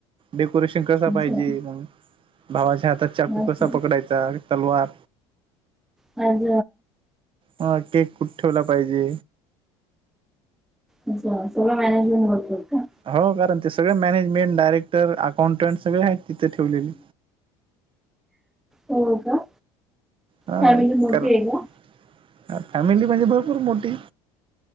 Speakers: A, on the right; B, in the centre.
A: डेकोरेशन कसा
B: अच्छा
A: पाहिजे म भावाच्या हातात चाकू
B: अच्छा
A: कसा पकडायचा तलवार.
B: आज.
A: ह केक कुठ ठेवला पाहिजे.
B: अच्छा सगळं मॅनेजमेंट करतो का.
A: हो कारण ते सगळे मॅनेजमेंट डायरेक्टर अकाउंटंट सगळे आहेत तिथे ठेवलेले.
B: हो का.
A: हा
B: फॅमिली मोठी
A: कारण
B: आहे का
A: फॅमिली म्हणजे भरपूर मोठी.